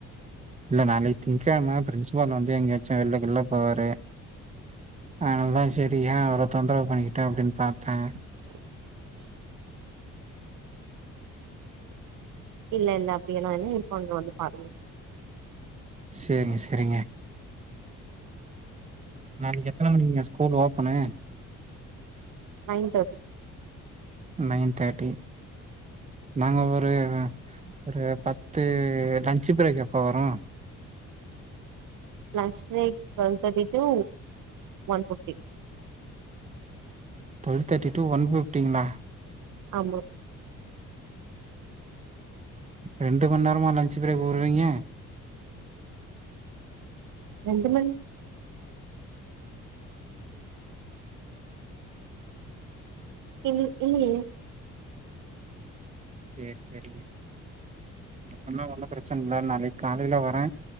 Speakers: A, on the right (about 25°); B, on the right (about 85°).
A: இல்ல நாளைக்கு திங்கிழம பிரின்சிபால் வந்து எங்கயாச்சு வெள்ள கிள்ள போவாரு அதனால தா சரி ஏ அவர தொந்தவு பண்ணிக்கிட்டு அப்டின்னு பாத்தேன்
B: <inaudible> இல்லல்ல அப்படியல்லா இல்ல இருப்பாங்க வந்து பாருங்க
A: சேரிங்க செரிங்க நாளைக்கு எத்தன மணிக்குங்க ஸ்கூல் ஓப்பனு
B: நைன் தேட்டி
A: நயன் தேட்டி நாங்க ஒரு ஒரு பத்து லன்ச் பிரேக் அப்போ வரோ
B: லன்ச் பிரேக் டுவெல் தேட்டி டூ ஒன் ஃபிப்டி
A: டுவெல் தேட்டி டூ ஒன் ஃபிப்டிங்களா
B: ஆமா
A: ரெண்டு மண் நேர்மா லன்சு பிரேக் உட்றீங்க
B: ரெண்டு மணி இல் இல்லியே
A: சேர் செரிங்க அப்பனா ஒன்னோ பிரச்சன இல்ல நாளைக்கு காலேல வரே